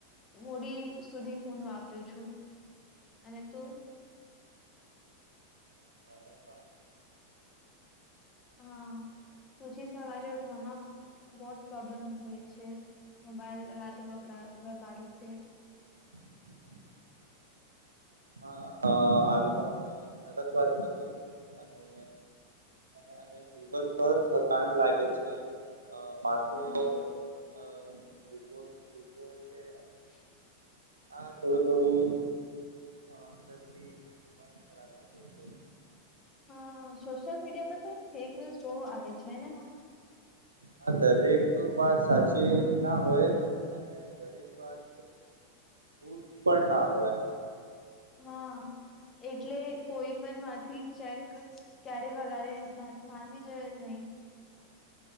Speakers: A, on the left; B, on the right.
A: મોડી સુધી ફોન વાપરુ છું અને તો
B: મને પણ
A: હા પછી સવારે ઉઠવામાં બહુ પ્રોબ્લેમ હોય છે મોબાઈલ રાતે વપરાય વેપ્રાય છે
B: <unintelligible> હા આ તૉ તમને સરસ વાત કીધી અને અને અને ગુગલ પર થકા લાગે છે માથું
A: હમ
B: દુખે છે
A: <inaudible>
B: હા થોડી થોડી અ અંદરથી મન ખરાબ લાગે છે
A: હ સોશિયલ મીડિયા પર પણ ફેક ન્યુઝ બહુ આવે છેને
B: હા દરેક વાત સાચી ના હોય અને દરેક વાત જૂઠ પણ ના હોય
A: હા એટલે કોઈ પણ માંથી ચેક ક્યારે વધારે માનવી જોઈએ નહી